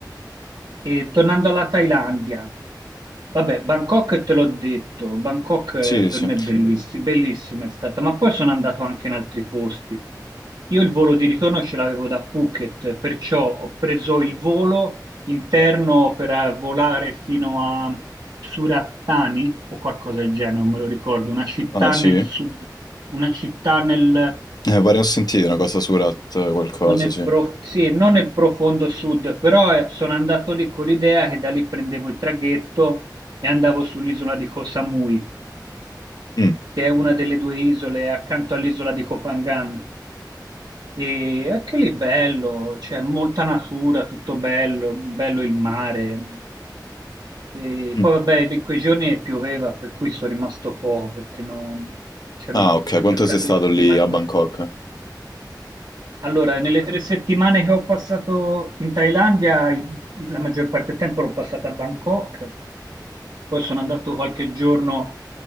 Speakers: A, on the right; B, on the left.
A: E tornando alla Thailandia, vabbè, Bangkok te l'ho detto, Bangkok eh,
B: Sì,
A: per
B: sì.
A: me è Sì. bellissi- bellissima è stata, ma poi sono andato anche in altri posti. Io il volo di ritorno ce l'avevo da Phuket, perciò ho preso il volo interno per eh, volare fino a Surattani o qualcosa del genere, non me lo ricordo, una città
B: Ah, sì?
A: nel sud, una città nel
B: Eh, pare ho sentito una cosa su Rat, eh, qualcosa,
A: non nel
B: sì.
A: prof- sì, non nel profondo sud, però eh, sono andato lì con l'idea che da lì prendevo il traghetto e andavo sull'isola di Koh Samui,
B: Mm,
A: che è una delle due isole accanto all'isola di Koh Phangan. E anche lì bello, c'è molta natura, tutto bello, bello il mare. E
B: mm.
A: poi vabbè, in quei giorni pioveva, per cui sono rimasto poco, perché non... c'era
B: Ah,
A: un... ho
B: ok, quanto
A: beccato
B: sei stato
A: il
B: lì
A: clima
B: a
A: sbagliato.
B: Bangkok?
A: Allora, nelle tre settimane che ho passato in Thailandia, il- la maggior parte del tempo l'ho passata a Bangkok, poi sono andato qualche giorno